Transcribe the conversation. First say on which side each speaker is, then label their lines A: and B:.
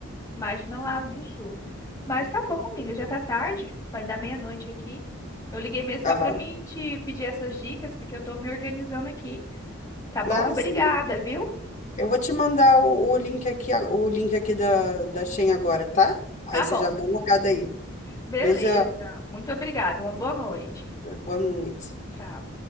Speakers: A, on the left; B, on the left.
A: Imagina lá do sul. Mas tá bom, amiga, já tá tarde, vai dar meia-noite aqui. Eu liguei mesmo
B: Aham.
A: só pra mim te pedir essas dicas, porque eu tô me organizando aqui. Tá bom?
B: Ah,
A: Obrigada,
B: sim.
A: viu?
B: Eu vou te mandar o, o link aqui, a- o link aqui da, da Shein agora, tá? Aí
A: Tá
B: você
A: bom.
B: já dá uma olhada aí.
A: Beleza.
B: Beijão.
A: Muito obrigada. Uma boa noite.
B: Boa noite.
A: Tchau.